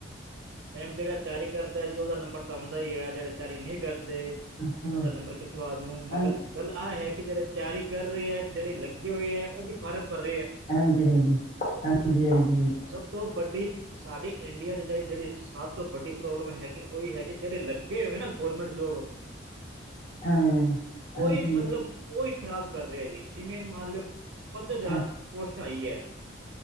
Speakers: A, on the right; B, on the left.
A: ਮੈਮ ਜਿਹੜਾ ਤਿਆਰੀ ਕਰਦਾ ਜੀ ਉਹਦਾ ਨੰਬਰ ਤਾਂ ਆਉਂਦਾ ਹੀ ਹੈ ਜਿਹੜੇ ਤਿਆਰੀ ਨਹੀਂ ਕਰਦੇ
B: ਹਾਂ ਹਾਂ,
A: ਉਹਨਾਂ ਦਾ ਨੰਬਰ ਕਿੱਥੋਂ ਆ ਜੂ ਮਗਰ
B: ਹਾਂਜੀ
A: ਗੱਲ ਆਹ ਹੈ ਕਿ ਜਿਹੜੇ ਤਿਆਰੀ ਕਰ ਰਹੇ ਹੈ ਜਿਹੜੇ ਲੱਗੇ ਹੋਏ ਹੈ ਉਹ ਵੀ ਫਾਰਮ ਪਰਰ ਰਿਹੀ ਹੈ।
B: ਹਾਂਜੀ-ਹਾਂਜੀ-ਹਾਂਜੀ-ਹਾਂਜੀ।
A: ਸਭ ਤੋਂ ਵੱਡੀ ਸਾਡੀ ਇੰਡੀਆ ਚ ਜਿਹੜੀ-ਜਿਹੜੀ। ਸਭ ਤੋਂ ਵੱਡੀ ਪ੍ਰੋਬਲਮ ਹੈਗੀ ਉਹੀ ਹੈ ਜੀ ਜਿਹੜੇ ਲੱਗੇ ਹੋਏ ਨਾ ਗੌਰਰਮੈਂਟ ਜੋਬ
B: ਹਾਂ, ਹਾਂਜੀ,
A: ਉਹੀ ਮਤਲਬ ਉਹੀ ਖ਼ਰਾਬ ਕਰ ਰਿਹਾ ਜੀ ਜਿਵੇਂ ਮੰਨ ਲਿਓ। ਪੰਜ ਹਜ਼ਾਰ
B: ਹਾਂ,
A: ਪੋਸਟਾਂ ਆਈ ਐ।